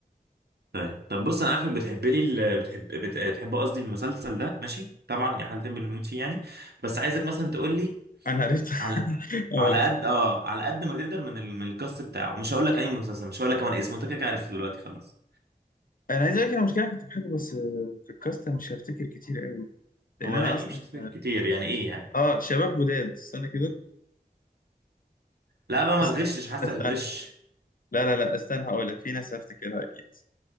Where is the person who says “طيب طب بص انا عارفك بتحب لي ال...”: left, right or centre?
Right